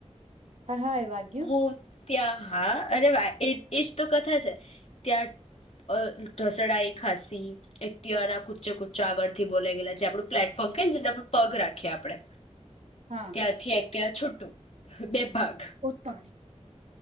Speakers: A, on the right; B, on the left.
A: હાઈ હાઈ વાગ્ય્યું.
B: હું ત્યાં હા અરે એ એજ તો કથા છે ત્યાં ધઢસડાઈ ખાસી એકટીવાના કુચ્ચે કુચ્ચા આગળથી બોલા ગયલા જે આપણું પ્લેટફોર્મ કેને જેના પર પગ રાખીએ આપડે
A: હા
B: ત્યાંથી એક. ત્યા છુટું બે ભાગ.
A: તારી